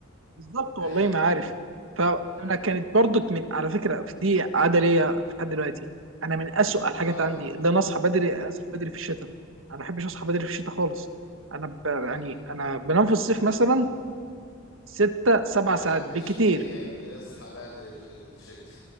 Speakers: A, on the right; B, on the left.
A: بالظبط
B: ايوه
A: والله ما عارف فانا
B: امم
A: كانت برضك من على فكره في دي عاده ليا لحد دلوقتي انا من اسوء الحاجات
B: اه
A: عندي ان انا اصحى بدري اصحى بدري في الشتاء انا ما بحبش اصحى بدري في الشتاء خالص انا ب... يعني
B: امم
A: انا بنام في الصيف مثلا ستة سبع
B: محدش
A: ساعات بكتير
B: بيحب يصحى بدري في الشتاء